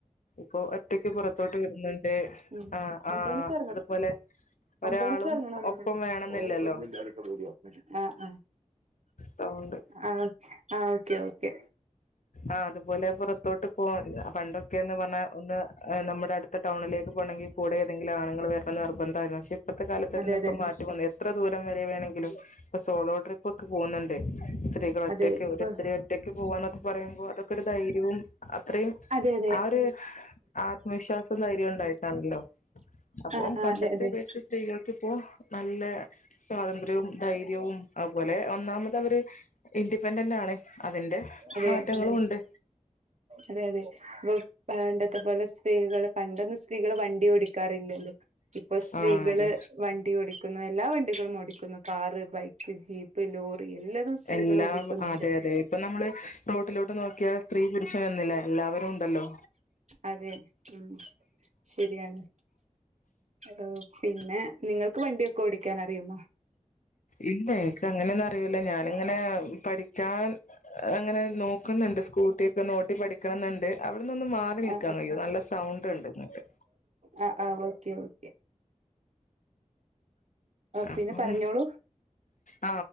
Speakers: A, on the left (about 80°); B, on the right (about 60°).
A: ഇപ്പൊ ഒറ്റക്ക് പുറത്തോട്ട് വിടുന്നുണ്ട്
B: ഉം
A: ആ ആ
B: ഒമ്പണിക്ക്
A: അതുപോലെ ഒരാളും
B: ഒമ്പണിക്ക് ഇറങ്ങ്ണ് ന്ന്ണ്ടല്ലേ
A: ഒപ്പം വേണന്നില്ലല്ലോ
B: ആ ആ
A: സൗണ്ട്
B: ആ ആ ഓക്കെ ഓക്കെ
A: ആ അതുപോലെ പുറത്തോട്ട് ഇ പണ്ടൊക്കെന്ന് പറഞ്ഞാൽ ഒന്ന് നമ്മുടെ അടു ഇ ടൗണിലേ പോണെങ്കിൽ കൂടെ തെങ്കില ആങ്ങൾ വ അല്ല ബന്തായതിനാ ശ് ഇപ്പത്തെ കാലത്ത്
B: അതെ
A: ഇതിനൊക്കെ
B: അതെ
A: മാറ്റം വന്ന എത്ര ദൂരം വരെ വേണെങ്കി ങ്കിലും ഇപ്പൊ സോളോ ട്രിപ്പ് ഒക്കെ പോണണ്ട്‌ സ്ത്രീകൾ ഒറ്റക്ക്
B: അതെ ഇപ്പൊ
A: ഒരു സ്ത്രീ ഒറ്റക്ക് പോവാണ് പറയുമ്പോ അതൊക്കെ ഒരു ധൈര്യവും അത്രയും
B: അതെ അതെ
A: ആ ഒരു ആത്മവിശ്വാസം ധൈര്യം ഉണ്ടായിട്ടാണല്ലോ അപ്പൊ
B: ആഹ് ആഹ്
A: പണ്ടത്തെ
B: അതെ അതെ
A: അപേക്ഷിച്ച് സ്ത്രീകൾ ക്കിപ്പോ നല്ലെ സ്വാതന്ത്ര്യവും ധൈര്യവും അയ്പോലെ ഒന്നാമത് അവര് ഇൻഡിപെന്റെന്റാണ് അതിന്റെ
B: അതെ
A: മാറ്റങ്ങളും ഉണ്ട്
B: അതെ അതെ ഇപ്പം പണ്ടത്തെ പോലെ സ്ത്രീകൾ പണ്ടൊന്നും സ്ത്രീകൾ വ വണ്ടി ഓടിക്കാറില്ലല്ലോ ഇപ്പൊ സ്ത്രീകൾ
A: ആഹ് അതെ
B: വണ്ടി ഓടിക്കുന്നു എല്ലാ വണ്ട <unintelligible> ഓടിക്കുന്നു കാറ് ബൈക്ക് ജീപ്പ് ലോറി എല്ലതും സ്ത്രീകൾ
A: എല്ലാം
B: ഓടിക്കുന്നുണ്ട്
A: അതെ അതെ ഇപ്പൊ നമ്മൾ റോട്ടിലോട്ട് നോക്കിയാ സ്ത്രീ ക്ഷ വന്നിലെ എല്ലാവരും ഉണ്ടല്ലോ
B: അതെ ഉം ശരിയാണ് ഓ പിന്നെ ഏ നിങ്ങൾക്ക് വണ്ടിയൊക്കെ ഓടിക്കാൻ അറിയുമോ
A: ഇല്ല എനക്ക് അങ്ങനെയൊന്നും അറിയൂല ഞാാനിങ്ങനെ പഠിക്കാൻ അങ്ങനെ നോക്കുന്നുണ്ട് സ്കൂട്ടിയൊക്കെ ഓട്ടി പഠിക്കണന്ന്ണ്ട് അവിടുന്ന്നൊന്ന് മാറി നിൽക്കാൻ
B: ആ
A: കയ്യോ നല്ല സൗണ്ട് ഉണ്ട്ങ്ങട്ട്
B: ആ ആ ഓക്കെ ഓക്കെ പിന്നെ
A: അപ്പം
B: പറഞ്ഞോളൂ
A: ആ